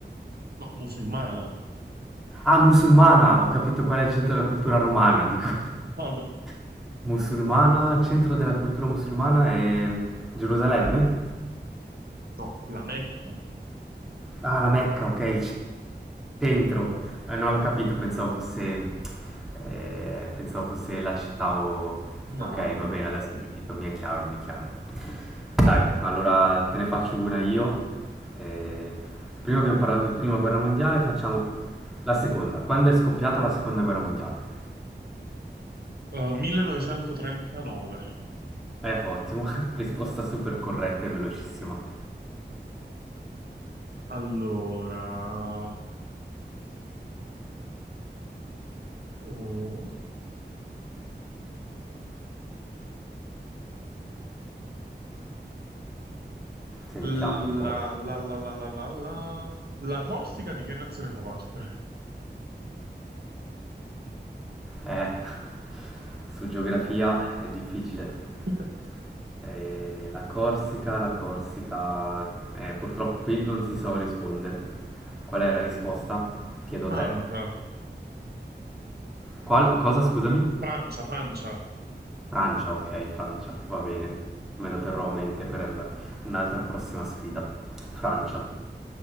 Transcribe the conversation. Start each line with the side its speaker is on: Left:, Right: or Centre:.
Right: No, musulmana.
Centre: Ah, musulmana! Ho capito qual è il centro della cultura
Right: <laughs>
Centre: romana, dico.
Right: No, no,
Centre: <laughs> musulmana, il centro della cultura musulmana è Gerusalemme?
Right: no, la Mecca.
Centre: Ah, la Mecca, ok, il Centro, eh, non avevo capito, pensavo fosse, eh, pensavo fosse la città o...
Right: No,
Centre: Ok, va bene, adesso ho capito, mi è chiaro, mi è chiaro. Dai, allora te ne faccio una io. Eh, prima abbiamo parlato di Prima Guerra Mondiale, facciamo la seconda. Quando è scoppiata la Seconda Guerra Mondiale?
Right: eh, 1939.
Centre: Eh, ottimo, <laughs> risposta super corretta e velocissima.
Right: Allora, eh,
Centre: Sentiamo
Right: la,
Centre: un po'.
Right: la, la, la, la, la, la, la Corsica di che nazione fa parte?
Centre: Eh, <laughs> su geografia è difficile.
Right: <laughs>
Centre: Eh, la Corsica, la Corsica, eh, purtroppo qui non si so rispondere. Qual è la risposta? Chiedo
Right: Francia.
Centre: te. Qual- cosa, scusami?
Right: Francia, Francia,
Centre: Francia, ok, Francia, va bene. Me lo terrò a mente per la- un'altra prossima sfida. Francia.